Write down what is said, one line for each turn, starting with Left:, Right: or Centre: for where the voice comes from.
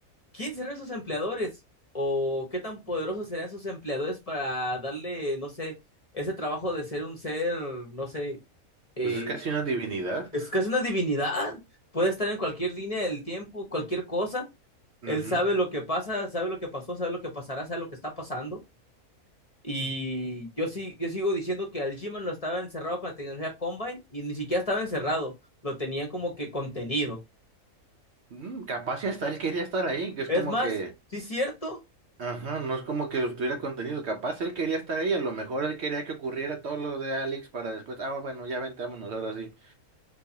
Left: ¿quién serán sus empleadores? ¿O qué tan poderosos serán sus empleadores para darle, no sé, ese trabajo de ser un ser, no sé, eh,
Right: Pues es casi una divinidad.
Left: es casi una divinidad? Puede estar en cualquier línea del tiempo, cualquier cosa.
Right: Ujú.
Left: Él sabe lo que pasa, sabe lo que pasó, sabe lo que pasará, sabe lo que está pasando. Y yo sí, yo sigo diciendo que al G-Man lo estaba encerrado con la tecnología Combine y ni siquiera estaba encerrado, lo tenían como que contenido.
Right: Mm, capaz y hasta él quería estar ahí, que es
Left: Es
Right: como
Left: más,
Right: que,
Left: sí es cierto,
Right: ajá, no es como que tuviera contenido, capaz él quería estar ahí, a lo mejor él quería que ocurriera todo lo de Alex para después, ah, bueno, ya vente, vámonos ahora sí.